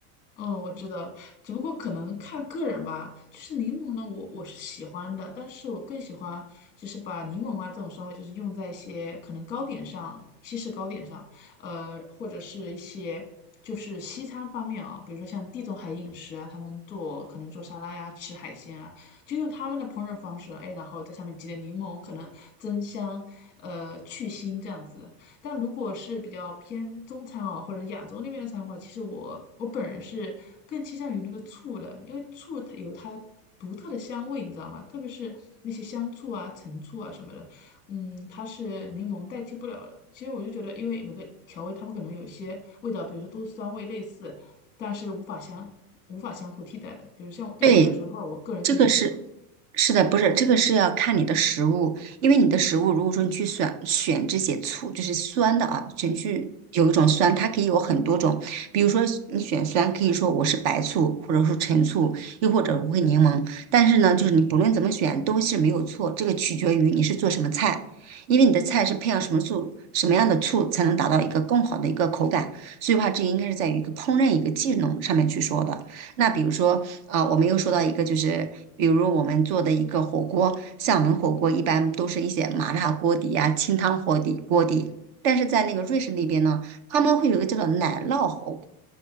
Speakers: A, on the left (about 15°); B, on the right (about 40°).
A: 哦，我知道了，只不过可能看个人吧。就是柠檬呢，我我是喜欢的，但是我更喜欢就是把柠檬啊这种酸味，就是用在一些可能糕点上，西式糕点上，呃，或者是一些就是西餐方面啊，比如说像地中海饮食啊，他们做可能做沙拉呀，吃海鲜啊，就用他们的烹饪方式，哎，然后在上面挤点柠檬，可能增香，呃，去腥这样子。但如果是比较偏中餐啊，或者亚洲那边的餐的话，其实我我本人是更倾向于那个醋的，因为醋它有它独特的香味，你知道吗？特别是那些香醋啊、陈醋啊什么的，嗯，它是柠檬代替不了的。其实我就觉得，因为每个调味它们可能有些味道，比如说都是酸味类似，但是无法相无法相互替代的。比如像我对我来说的话，
B: 对，
A: 我个人更喜欢醋。
B: 这个是是的，不是这个是要看你的食物，因为你的食物如果说你去选选这些醋，就是酸的啊，选去有一种酸，它可以有很多种，比如说你选酸，可以说我是白醋，或者说陈醋，又或者无味柠檬，但是呢，就是你不论怎么选都是没有错，这个取决于你是做什么菜，因为你的菜是配上什么醋，什么样的醋才能达到一个更好的一个口感，所以话这应该是在于一个烹饪一个技能上面去说的。那比如说，啊，我们又说到一个，就是比如我们做的一个火锅，像我们火锅一般都是一些麻辣锅底呀、清汤火底锅底，但是在那个瑞士那边呢，他们会有一个叫做奶酪火锅，